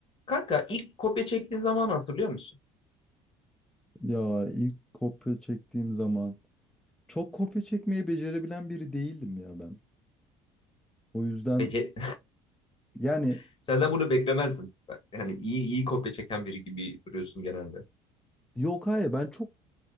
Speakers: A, on the left; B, in the centre.
A: Kanka ilk kopya çektiğin zaman hatırlıyor musun?
B: Ya ilk kopya çektiğim zaman çok kopya çekmeyi becerebilen biri değildim ya ben. O yüzden
A: Peki
B: yani
A: <laughs> senden bunu beklemezdim. Yani iyi iyi kopya çeken biri gibi duruyorsun genelde.
B: yok hayır ben çok